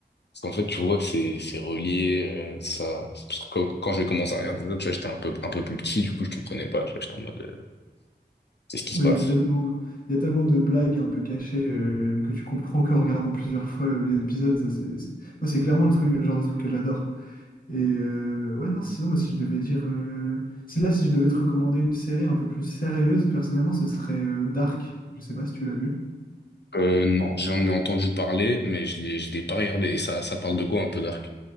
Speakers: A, on the left; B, on the left.
A: Parce qu'en fait, tu vois que c'est, c'est relié, euh, ça. C'est Parce que quand, quand j'ai commencé à regarder les autres, tu vois, j'étais un peu, un peu plus petit, du coup, je comprenais pas, tu vois, j'étais en mode, euh, c'est ce qui
B: Bah
A: se passe.
B: Il y a tellement, il y a tellement de blagues un peu cachées euh, que tu comprends qu'en regardant plusieurs fois euh, les épisodes, ça, c'est, c'est- Moi, c'est clairement le truc, le genre de truc que j'adore. Et euh, ouais, non, sinon, moi, si je devais dire. euh, si là, si je devais te recommander une série un peu plus sérieuse, personnellement, ce serait euh, Dark. Je sais pas si tu l'as vu.
A: Euh, non, j'en ai entendu parler, mais je l'ai, je l'ai pas regardé. Et ça, ça parle de quoi un peu Dark?